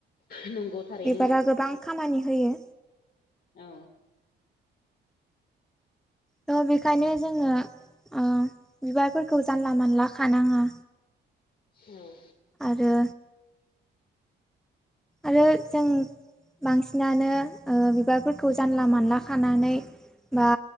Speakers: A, on the left; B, in the centre.
A: नंगौ थारैनो
B: बिबारा गोबां खामानि होयो
A: औ
B: थ' बेखायनो जोङो ओ बिबारफोरखौ जानला मानला खानाङा।
A: उम
B: आरो आरो जों बांसिनानो ओ बिबारफोरखौ जानला मानला खानानै बा